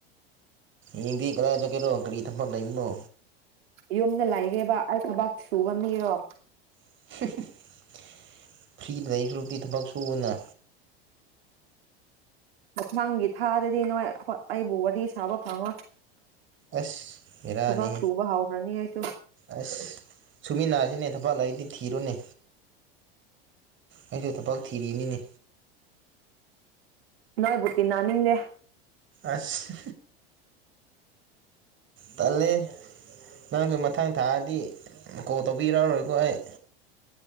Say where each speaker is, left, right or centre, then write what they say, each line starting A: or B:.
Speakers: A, on the right; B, on the right.
A: ꯃꯤꯡꯗꯤ ꯀꯗꯥꯏ ꯆꯠꯀꯦꯔꯣ ꯀꯔꯤ ꯊꯝꯝꯕ ꯂꯩꯕꯅꯣ
B: ꯌꯨꯝꯗ ꯂꯩꯒꯦꯕ ꯑꯩ ꯈꯨꯕꯥꯛ ꯁꯨꯕ ꯃꯤꯔꯣ
A: <inaudible> ꯐ꯭ꯔꯤ ꯂꯩ ꯐꯨꯀꯤ ꯊꯕꯛ ꯁꯨꯅ
B: ꯃꯊꯥꯡꯒꯤ ꯊꯥꯗꯗꯤ ꯅꯣꯏꯥꯏ ꯑꯩꯕꯨ ꯋꯥꯔꯤ ꯁꯥꯕ ꯐꯪꯉꯣꯏ
A: ꯑꯁ ꯕꯤꯔꯅꯤ
B: ꯊꯕꯛ ꯁꯨꯕ ꯍꯧꯈ꯭ꯔꯅꯤ ꯑꯩꯁꯨ
A: ꯑꯁ ꯁꯨꯃꯤꯟꯟꯅꯅꯥꯁꯤꯅꯦ ꯊꯐꯜꯂ ꯑꯩꯗꯤ ꯊꯤꯔꯣꯅꯦ ꯑꯩꯁꯨ ꯊ ꯄꯥꯎ ꯊꯤꯔꯤꯅꯤꯅꯦ
B: ꯅꯣꯏꯣꯏꯕꯨꯇꯤꯟ ꯅꯅꯥ ꯅꯤꯡꯦ
A: ꯑꯁ ꯇꯦ ꯅꯪꯁꯨ ꯃꯊꯥꯡ ꯊꯥꯛꯑꯗꯤ ꯀꯣꯜ ꯇꯧꯕꯤꯔꯛꯑꯔꯣꯏꯀꯣ ꯑꯩ